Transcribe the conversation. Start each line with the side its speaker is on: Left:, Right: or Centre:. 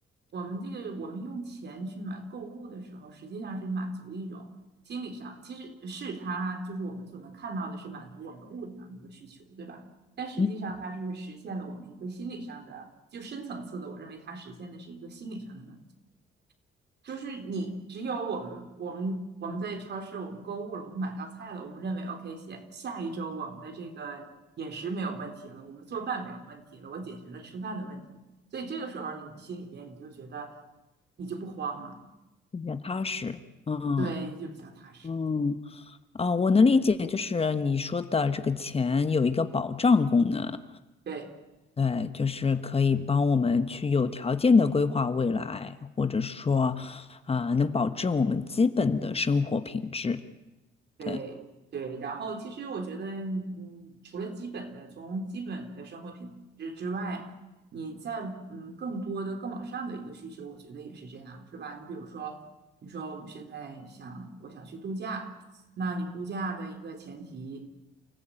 Right: 我们这个我们用钱去买购物的时候，实际上是满足一种心理上，其实是它就是我们所能看到的是满足我们物质上的一个需求，对吧？但实际上它是实现了我们一个心理上的，
Left: 你
Right: 就深层次的，我认为它实现的是一个心理上的满足。就是你只有我们我们我们在超市我们购物了，我们买到菜了，我们认为 OK 下下一周我们的这个饮食没有问题了，我们做饭没有问题了，我解决了吃饭的问题，所以这个时候你心里边你就觉得你就不慌了，
Left: 比较踏实，嗯。
Right: 对，你就比较踏实。
Left: 嗯，啊、我能理解，就是你说的这个钱有一个保障功能，
Right: 对。
Left: 对，就是可以帮我们去有条件的规划未来，或者说，啊、能保证我们基本的生活品质。
Right: 对对，
Left: 对，
Right: 然后其实我觉得，嗯，除了基本的，从基本的生活品质之外，你在嗯更多的更往上的一个需求，我觉得也是这样，是吧？你比如说，你说我们现在想我想去度假，那你度假的一个前提，